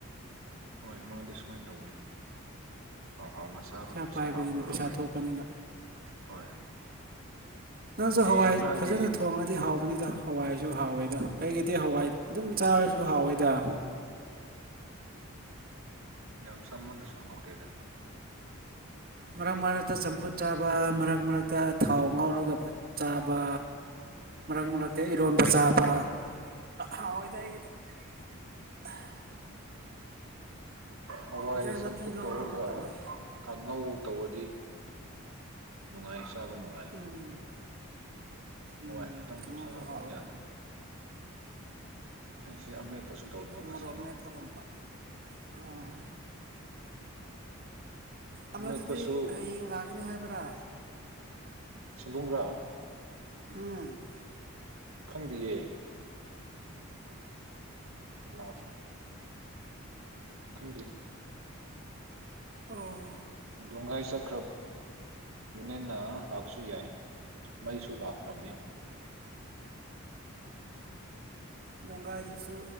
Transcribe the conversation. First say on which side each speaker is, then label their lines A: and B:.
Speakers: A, on the right; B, on the right.
A: ꯍꯣꯏ ꯃꯥꯗꯤ ꯁꯨꯃꯥꯏꯅ ꯇꯧꯕꯅꯦ ꯑꯥꯎ ꯍꯥꯎ ꯃꯆꯥ ꯐꯅ
B: ꯄꯥꯏꯕꯅꯤꯅ
A: ꯄꯩꯁꯥ ꯂꯥꯛꯄꯤ ꯑꯣꯏꯎꯔꯝꯃꯅꯤ
B: ꯄꯩꯁꯥ ꯊꯣꯛꯄꯅꯤꯅ
A: ꯍꯣꯏ
B: ꯅꯪꯁꯨ ꯍꯋꯥꯏ
A: ꯑꯦ ꯃꯥꯒꯤ
B: ꯐꯖꯅ ꯊꯣꯡꯉꯗꯤ ꯍꯥꯎ ꯅꯤꯗ ꯍꯋꯥꯏꯁꯨ ꯍꯥꯎꯋꯦꯗ ꯑꯩꯒꯤꯗꯤ ꯍꯋꯥꯏ ꯑꯗꯨꯝ ꯆꯥꯔꯁꯨ ꯍꯥꯎꯋꯦꯗ <inaudible>
A: ꯌꯥꯝ ꯆꯝꯃꯜꯂꯁꯨ ꯍꯥꯎꯗꯦꯗ
B: ꯃꯔꯛ ꯃꯔꯛꯇ ꯆꯝꯐꯨꯠ ꯆꯥꯕ ꯃꯔꯛ ꯃꯔꯛꯇ ꯊꯥꯎ ꯉꯧꯎꯔꯒ ꯆꯥꯕ ꯃꯔꯛ ꯃꯔꯛꯇ ꯏꯔꯣꯟꯕ ꯆꯥꯕ <unintelligible>
A: ꯍꯋꯥꯏ
B: ꯏꯟꯖꯥꯡ
A: ꯆꯝꯐꯨꯠ
B: ꯅꯥꯄꯤ ꯂꯧꯅꯕ
A: ꯇꯧꯔꯒ
B: ꯇꯜꯂꯦ
A: ꯀꯥꯡꯉꯧ ꯇꯧꯔꯗꯤ ꯅꯨꯡꯉꯥꯏ ꯆꯥꯕ ꯅꯨꯡꯉꯥꯏ
B: ꯎꯝ ꯎꯝ
A: ꯍꯋꯥꯏ ꯈꯛꯇꯪꯁꯨ
B: ꯀꯥꯡꯉꯧꯁꯨ
A: ꯆꯥꯕ
B: ꯍꯥꯎꯋꯦ
A: ꯌꯥꯗꯦ ꯑꯩꯁꯦ ꯑꯃꯦꯠꯄꯁꯨ ꯇꯧꯗꯕ ꯉꯁꯤ
B: ꯃꯣꯔꯣꯛ ꯃꯦꯠꯄꯒꯨꯝꯕ ꯑꯣ
A: ꯎꯝ
B: ꯑꯃꯗꯨꯗꯤ
A: ꯑꯃꯦꯠꯄꯁꯨ
B: ꯍꯌꯦꯡ ꯂꯥꯛꯀꯅꯤ ꯍꯥꯏꯕ꯭ꯔꯥ
A: ꯁꯤꯟꯕꯨꯡꯕ꯭ꯔꯥ
B: ꯎꯝ
A: ꯈꯪꯗꯤꯌꯦ ꯂꯥꯎ ꯈꯪꯗꯦ
B: ꯑꯣ
A: ꯗꯣꯡꯒꯥꯥꯏ ꯆꯠꯈ꯭ꯔꯕꯅꯦꯅ ꯂꯥꯛꯄꯁꯨ ꯌꯥꯏ ꯃꯩꯁꯨ ꯂꯥꯛꯈ꯭ꯔꯕꯅꯦ
B: ꯗꯣꯡꯒꯥꯏꯗꯨꯁꯨ